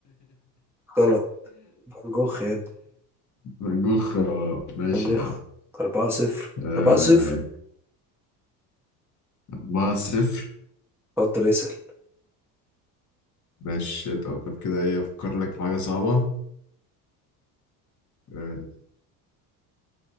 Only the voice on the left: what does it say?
فان جوخ آه، ماشي
يعني
آه،
أربعة صفر
ماشي طب طب كده ايه أفكر لك في حاجة صعبة آه،